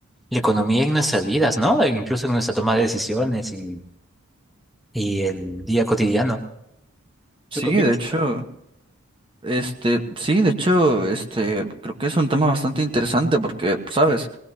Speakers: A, in the centre; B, on the right.
A: la economía en nuestras vidas, ¿no? E incluso en nuestra toma de decisiones y, y el día cotidiano.
B: Sí,
A: ¿Tú qué opinas?
B: de hecho, este, sí, de hecho, este, creo que es un tema bastante interesante porque, sabes,